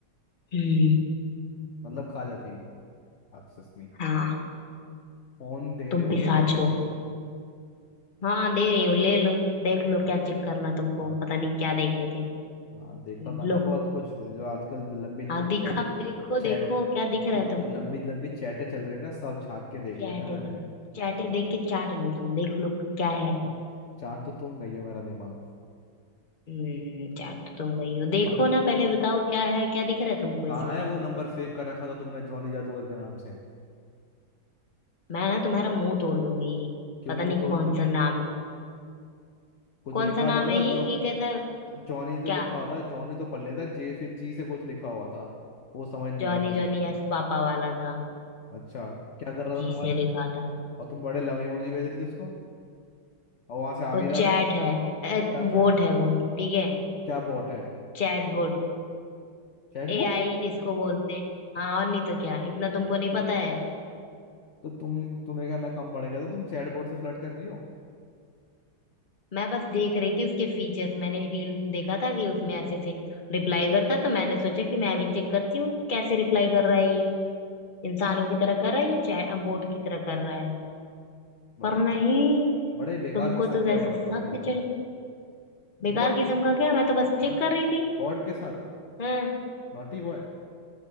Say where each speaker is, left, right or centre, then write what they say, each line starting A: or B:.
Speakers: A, on the left (about 30°); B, on the left (about 55°).
A: हम्म
B: मतलब खा जाती एक्सेस नहीं
A: हाँ
B: फोन दे
A: तुम
B: रहे हो
A: पिशाच
B: नहीं दे रहे
A: हो
B: हैं
A: हाँ दे रही हूँ ले लो देख लो
B: हम्म,
A: क्या चेक करना तुमको
B: हाँ
A: पता नहीं क्या देखे थे
B: हाँ
A: हम्म,
B: देखा था ना
A: लो
B: बहुत कुछ जो आजकल लंबी लंबी
A: हाँ दिखा
B: चैट
A: देखो
B: चैट
A: देखो क्या दिख
B: जो
A: रहा है तुमको
B: लंबी लंबी चैटें चल रही है ना सब झांक के देख लेता
A: चैटे
B: है मैंने
A: देख चैटे देख के चाट लो तुम देख लो क्या है
B: हम्म, चाट तो तुम गई हो मेरा दिमाग
A: हम्म चाट तो तुम गई हो देखो
B: और
A: ना पहले बताओ क्या है क्या दिख रहा है तुमको
B: कहाँ
A: इसमें
B: है वो नंबर सेव कर रखा था तुमने जॉनी जादूगर के नाम से
A: मैं ना तुम्हारा मुंह तोड़ दूंगी
B: क्यों
A: पता
B: मुंह
A: नहीं
B: तोड़
A: कौन
B: दोगी
A: सा नाम
B: कुछ
A: कौन
B: लिखा
A: सा नाम
B: था,
A: है
B: था
A: ये
B: जो
A: ये कैसा
B: जॉनी तो
A: क्या
B: लिखा था जॉनी तो पढ़ लेता जे फिर जी से कुछ लिखा हुआ था वो समझ नहीं
A: जॉनी
B: आ रहा था मेरे
A: जॉनी
B: को
A: एस पापा वाला था
B: अच्छा क्या कर रहा
A: जी
B: था तुम्हारे
A: से
B: को
A: लिखा था
B: और तुम बड़े लंबे इमोजी भेज रही थी उसको और वहां से आ भी
A: वो
B: रहा
A: चैट
B: था
A: है
B: क्या चैट
A: बोट
B: है
A: है वो ठीक है
B: क्या बोट है
A: Chat boat
B: चैटबॉट
A: एआई जिसको बोलते हैं हाँ और नहीं तो क्या इतना तुमको नहीं पता है
B: तो तुम तुम्हें क्या मैं कम पड़ गया था तुम चैटबॉट से फ्लर्ट कर रही हो
A: मैं बस देख रही थी उसके फीचर्स मैंने रील देखा था कि उसमें ऐसे से रिप्लाई करता है, तो मैंने सोचा कि मैं अभी चेक करती हूँ कि कैसे रिप्लाई कर रहा है ये इंसानों की तरह कर रहा है या चैट बोट की तरह कर रहा है
B: बड़े
A: पर
B: बे-
A: नहीं
B: बड़े बेकार
A: तुमको
B: किस्म
A: तो
B: के
A: जैसे
B: औरत
A: सक
B: हो भाई तुम
A: चढ़ बेकार
B: बॉट
A: किस्म का क्या मैं तो बस चेक
B: हाँ
A: कर रही थी
B: बॉट के साथ
A: हम्म
B: Naughty boy